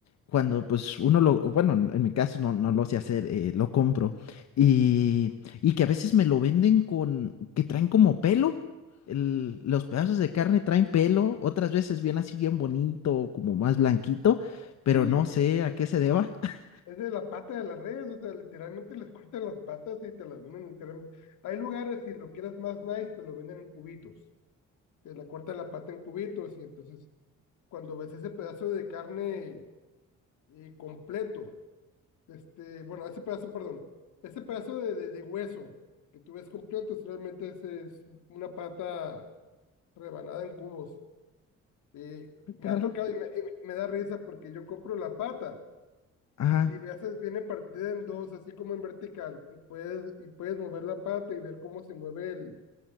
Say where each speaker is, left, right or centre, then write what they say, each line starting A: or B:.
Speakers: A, on the left; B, on the left.
A: cuando pues uno lo, bueno, en en mi caso no, no lo sé hacer, eh, lo compro. Y, y que a veces me lo venden con, que traen como pelo. el- los pedazos de carne traen pelo, otras veces bien así, bien bonito, como más blanquito, pero
B: sí,
A: no sé
B: es,
A: a qué se deba. <laughs>
B: es de la pata de las redes. O sea, literalmente les cortan las patas y te las venden literalmente. Hay lugares, si lo quieres más nice, te lo venden en cubitos. te la corta la pata en cubitos y entonces cuando ves ese pedazo de carne eh, completo, este, bueno, ese pedazo, perdón, ese pedazo de, de, de hueso que tú ves completo, es- realmente es, es una pata rebanada en cubos. Eh,
A: Ah,
B: me
A: Caramba.
B: ha tocado y me, y me- me da risa porque yo compro la pata
A: Ajá.
B: y a veces viene partida en dos, así como en vertical, y puedes, y puedes mover la pata y ver cómo se mueve el,